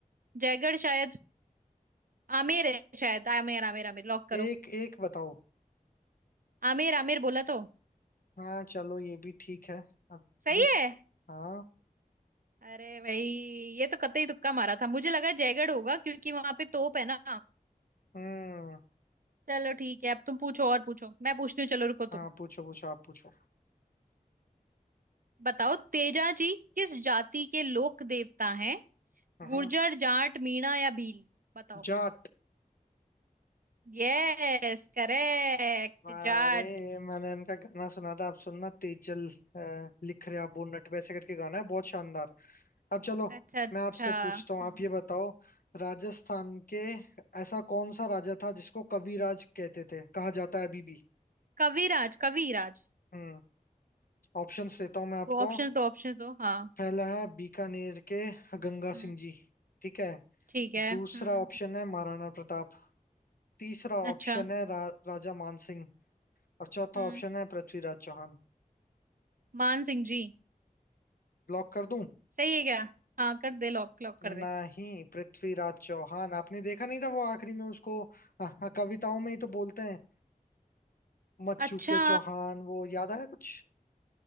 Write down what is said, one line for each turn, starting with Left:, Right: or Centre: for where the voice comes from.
Right: जयगढ़ शायद आमेर है शायद आमेर आमेर आमेर लॉक करो
Left: एक एक बताओ
Right: आमेर आमेर बोला तो
Left: हाँ चलो ये भी ठीक है अब
Right: सही
Left: दूस
Right: है
Left: हाँ
Right: अरे भाई ये तो कतई तुक्का मारा था मुझे लगा जयगढ़ होगा क्योंकि वहां पे तोप है ना
Left: हम्म
Right: चलो ठीक है अब तुम पूछो और पूछो मैं पूछती हूँ चलो रुको
Left: हाँ
Right: तुम
Left: पूछो पूछो आप पूछो
Right: बताओ तेजा जी किस जाति के लोक देवता हैं
Left: हाँ
Right: गुर्जर जाट मीणा या भील बताओ
Left: जाट
Right: Yes correct
Left: अरे
Right: Jat
Left: मैंने इनका गाना सुना था आप सुनना तेजल अ, लिख रहे अबू नट वैसे करके गाना है बहुत शानदार अब चलो
Right: अच्छा अच्छा
Left: मैं आपसे पूछता हूँ
Right: हम्म,
Left: आप ये बताओ राजस्थान के ऐसा कौन सा राजा था जिसको कविराज कहते थे कहा जाता है अभी भी
Right: कविराज कविराज
Left: हम्म ऑप्शंस देता हूँ मैं आपको
Right: ऑप्शन तो ऑप्शन तो हाँ
Left: पहला है बीकानेर के गंगा
Right: हम्म,
Left: सिंह जी ठीक है
Right: ठीक है
Left: दूसरा
Right: हम्म
Left: ऑप्शन है महाराणा प्रताप तीसरा
Right: अच्छा
Left: ऑप्शन है रा, राजा मानसिंह और चौथा
Right: हम्म
Left: ऑप्शन है पृथ्वीराज चौहान
Right: मान सिंह जी
Left: ब्लॉक कर दूं
Right: सही है क्या हाँ कर दे लॉक लॉक कर
Left: नहीं
Right: दे
Left: पृथ्वीराज चौहान आपने देखा नहीं था वो आखिरी में उसको हाँ, हाँ, कविताओं में ही तो बोलते हैं मत
Right: अच्छा
Left: चूके चौहान वो याद आया कुछ